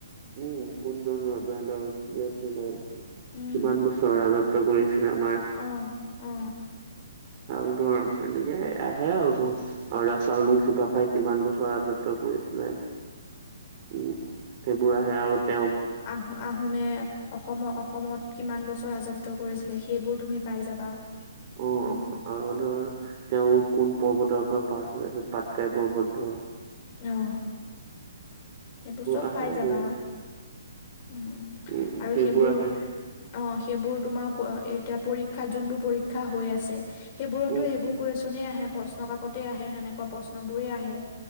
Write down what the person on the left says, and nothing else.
উম,
অ- অ।
আহোম- আহোমে অসম- অসমত কিমান বছৰ ৰাজত ত্ব কৰিছিলে, সেইবোৰ তুমি পাই যাবা।
উম।
অঁ। সেইবোৰ চব
পাই যাবা।
উম,
আৰু সেইবোৰ
অ, সেইবোৰ তোমাৰ এতিয়া পৰীক্ষাত যোনবোৰ পৰীক্ষা হৈ আছে। সেইবোৰতো
সেইবোৰ কুৱেশ্যনে আহে, প্ৰশ্ন কাকতেই আহে, সেনেকুৱা প্ৰশ্ন বোৰেই আহে।